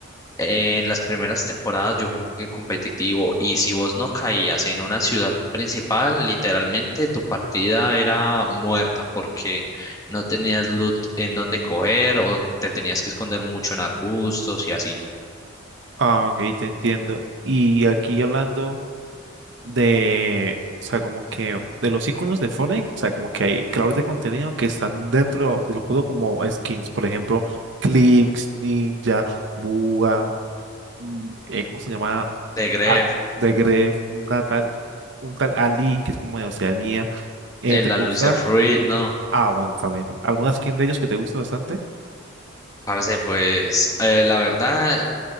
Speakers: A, on the left; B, on the right.
A: en las primeras temporadas yo jugué competitivo y si vos no caías en una ciudad principal, literalmente tu partida era muerta porque no tenías loot en donde coger o te tenías que esconder mucho en arbustos y así.
B: Ah, ok, te entiendo. Y aquí hablando de, o sea, como que de los iconos de Fortnite, o sea, como que hay creadores de contenido que están dentro de los juegos como skins, por ejemplo, Clix, Ninja, Buga, mm, eh, ¿cómo se llama?
A: De Grefg,
B: Ah, The Gref, un tal un tal Ali, que es como de Oceanía. Eh,
A: el
B: ¿te
A: la
B: gusta?
A: Fruit, no.
B: Ah, bueno, también. ¿Alguna skin de ellos que te guste bastante?
A: Parce, pues eh, la verdad,